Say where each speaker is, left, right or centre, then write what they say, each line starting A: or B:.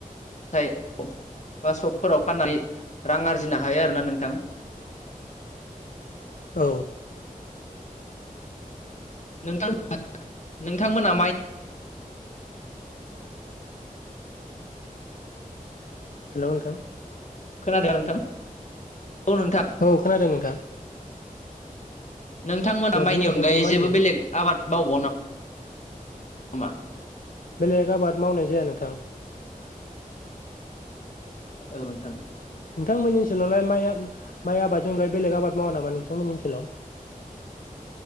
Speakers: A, on the left; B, on the left.
A: थाय बा सग फोराव फाननानै रां आरजिनो हायो आरो ना नोंथां?
B: औ।
A: नोंथां नोंथांमोना
B: हेलौ नोंथां।
A: खोनादोना नोंथां? औ नोंथां
B: औ खोनादों नोंथां।
A: <inaudible> नोंथांमोना
B: दे
A: माइनि
B: बुंनायसाय
A: अनगायै
B: नोंथां मा
A: जेबो
B: होनदोंमोन
A: बेलेग आबाद न बन मा
B: बेलेग आबाद मावनाय जाया नोंथां।
A: औ नोंथां।
B: नोंथांमोननि ओनसोलावलाय माइ आबादजोंलाय बेलेग आबाद मावा नामा नोंथांमोननि ओनसोलाव।